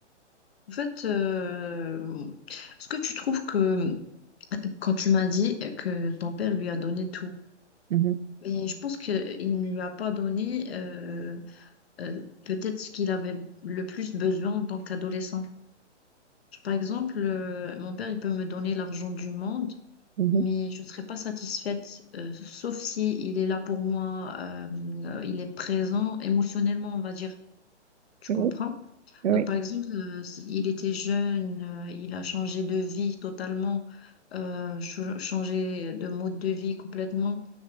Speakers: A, on the left; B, on the right.
A: En fait, euh, est-ce que tu trouves que quand tu m'as dit que ton père lui a donné tout,
B: Mhm,
A: mais je pense qu'il ne lui a pas donné euh, euh, peut-être ce qu'il avait le plus besoin en tant qu'adolescent. Je- Par exemple, euh, mon père, il peut me donner l'argent du monde,
B: mhm,
A: mais je ne serai pas satisfaite, euh, sauf si il est là pour moi, euh, euh, il est présent émotionnellement, on va dire. Tu
B: Oui,
A: comprends?
B: oui.
A: Donc, par exemple, euh, s- il était jeune, euh, il a changé de vie totalement, euh, ch- changé de mode de vie complètement.